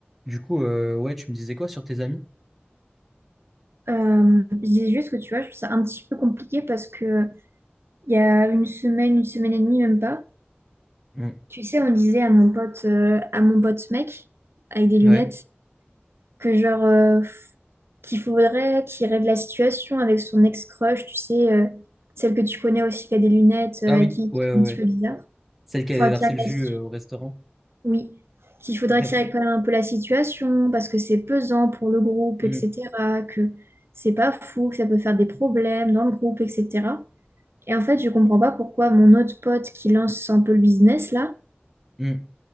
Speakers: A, in the centre; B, on the right.
A: Du coup, euh, ouais, tu me disais quoi sur tes amis?
B: Euh, je dis juste que tu vois, je trouve ça un petit peu compliqué parce que il y a une semaine, une semaine et demie, même pas,
A: Mm.
B: tu sais, on disait à mon pote, euh, à mon pote mec, avec des
A: Ouais.
B: lunettes, que genre, euh, qu'il faudrait qu'il règle la situation avec son ex-crush, tu sais, euh, celle que tu connais aussi qui a des lunettes, euh,
A: Ah
B: avec
A: oui,
B: qui
A: ouais,
B: c'est
A: ouais,
B: un
A: ouais.
B: petit peu bizarre.
A: Celle qui avait
B: Faut
A: versé
B: qu'il règle
A: le jus
B: la situ-
A: euh, au restaurant.
B: oui, qu'il faudrait
A: <laughs>
B: qu'il règle quand même un peu la situation parce que c'est pesant pour le groupe,
A: Mm,
B: etc., que c'est pas fou, que ça peut faire des problèmes dans le groupe, etc. Et en fait, je comprends pas pourquoi mon autre pote qui lance un peu le business là,
A: mm.